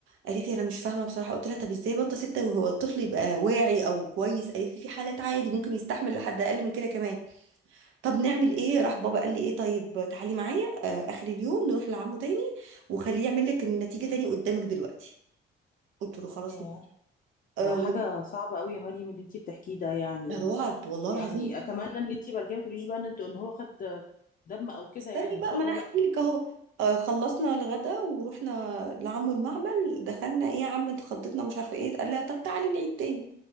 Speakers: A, on the right; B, on the left.
A: قالت لي انا مش فاهمه بصراحه قلت لها طب ازاي بطه ستة وهو الطفل يبقى واعي او كويس قالت لي في حالات عادي ممكن يستحمل لحد اقل من كده كمان طب نعمل ايه راح بابا قال لي ايه طيب تعالي معايا آه اخر اليوم نروح لعمه تاني وخليه يعمل لك النتيجه تاني قدامك دلوقتي قلت له خلاص
B: يا ده
A: آه
B: حاجة
A: وال-
B: صعبة قوي يا مريم اللي انتي بتحكيه ده يعني
A: ده
B: و...
A: رعب والله
B: ويعني
A: العظيم
B: اتمنى ان انتي بعد كده ما تقوليش بقى ان انت ان هو خد دم او كده
A: استني
B: يعني ان
A: بقى
B: شاء
A: ما
B: الله
A: انا احكي
B: لا
A: لك اهو آه، خلصنا الغدا ورحنا لعمو المعمل دخلنا ايه يا عم انت خضتنا مش عارفه ايه قال لها طب تعالي نعيد تاني